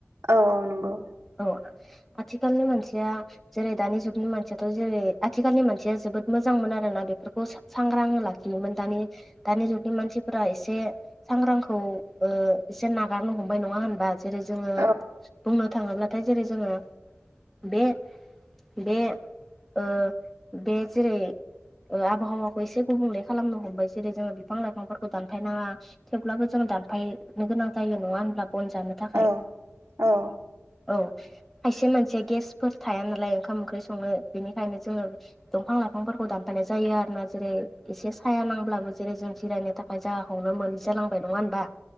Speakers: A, on the right; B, in the centre.
A: औ औ नंगौ
B: औ आ आथिखालनि मानसिया जेरै दानि जुगनि मानसियाथ' जेरै आथिखालनि मानसिया जोबोद मोजां मोन आरो ना बेफोरखौ स सांग्रां लाखियोमोन दानि दानि जुगनि मानसिफोरा एसे सांग्रांखौ ओ एसे नागारनो हमबाय नङा होनबा? जेरै जोङो
A: औ
B: बुंनो थाङोब्लाथाय जेरै जोङो बे बे ओ बे जेरै ओ आबहावाखौ एसे गुबुंले खालामनो हमबाय जेरै जोङो बिफां लाइफांफोरखौ दानफायनाङा। थेवब्लाबो जोंङो दानफायनो गोनां जायो नङा होनब्ला बन जानो। थाखाय
A: औ औ
B: औ खायसे मानसिया गेसफोर थाया नाया ना लाय ओंखाम ओंख्रि संनो बेनिखायनो जोङो दंफां लाइफांफोरखौ दानफानाय जायो आरो ना जेरै एसे साया नांब्लाबो जेरै जों जिरायनो थाख य जागाखौनो मोनि जालांबाय नङा होनबा?